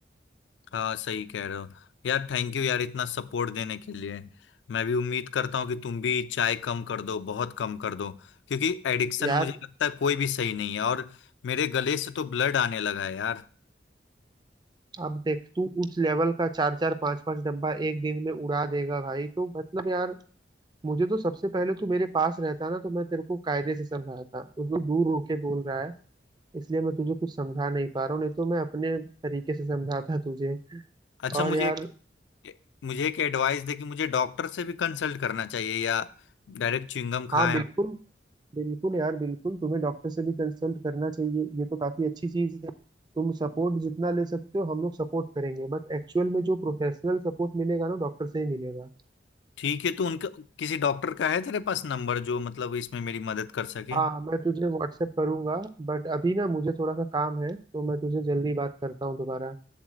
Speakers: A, on the left; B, on the right.
A: हाँ सही कह रहे हो यार थैंक यू यार इतना सपोर्ट देने के लिए मैं भी उम्मीद करता हूँ कि तुम भी चाय कम कर दो बहुत कम कर दो क्योंकि एडिक्शन
B: यार
A: मुझे लगता है कोई भी सही नहीं है और मेरे गले से तो ब्लड आने लगा है यार
B: अब देख तू उस लेवल का चार चार पांच पांच डब्बा एक दिन में उड़ा देगा भाई तो मतलब यार मुझे तो सबसे पहले तू मेरे पास रहता ना तो मैं तेरे को कायदे से समझाता वो तो दूर होके बोल रहा है इसलिए मैं तुझे कुछ समझा नहीं पा रहा हूँ नहीं तो मैं अपने तरीके से समझाता तुझे
A: अच्छा
B: और
A: मुझे
B: यार
A: एक मुझे एक एडवाइस दे कि मुझे डॉक्टर से भी कंसल्ट करना चाहिए या डायरेक्ट च्युइंगम खाएं
B: हाँ बिल्कुल बिल्कुल यार बिल्कुल तुम्हें डॉक्टर से भी कंसल्ट करना चाहिए ये तो काफी अच्छी चीज है तुम सपोर्ट जितना ले सकते हो हम लोग सपोर्ट करेंगे बट एक्चुअल में जो प्रोफेशनल सपोर्ट मिलेगा ना डॉक्टर से ही मिलेगा
A: ठीक है तो उनका किसी डॉक्टर का है तेरे पास नंबर जो मतलब इसमें मेरी मदद कर सके
B: हाँ मैं तुझे व्हाट्सएप करूंगा बट अभी ना मुझे थोड़ा सा काम है तो मैं तुझे जल्दी बात करता हूँ दोबारा